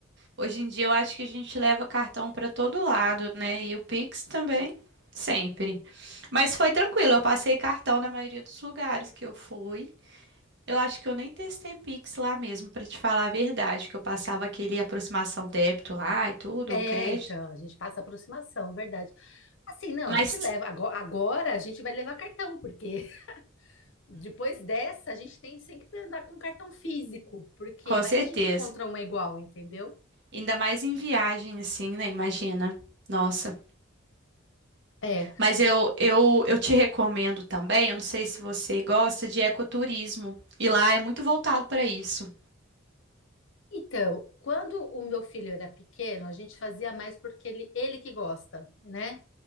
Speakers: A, on the right; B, on the left.
A: hoje em dia eu acho que a gente leva cartão para todo lado, né? E o Pix também, sempre. Mas foi tranquilo, eu passei cartão na maioria dos lugares que eu fui. Eu acho que eu nem testei Pix lá mesmo, para te falar a verdade, que eu passava aquele aproximação débito lá e tudo,
B: É,
A: ou crédito.
B: então, a gente passa aproximação, verdade. Assim, não,
A: Mas
B: a gente leva. Ago- Agora, a gente vai levar cartão, porque <laughs> depois dessa a gente tem sempre que andar com cartão físico, porque
A: com
B: vai
A: certeza,
B: que a gente encontra uma igual, entendeu?
A: ainda mais em viagem assim, né? Imagina. Nossa.
B: É.
A: Mas eu, eu, eu te recomendo também, eu não sei se você gosta de ecoturismo, e lá é muito voltado para isso.
B: Então, quando o meu filho era pequeno, a gente fazia mais porque ele, ele que gosta, né?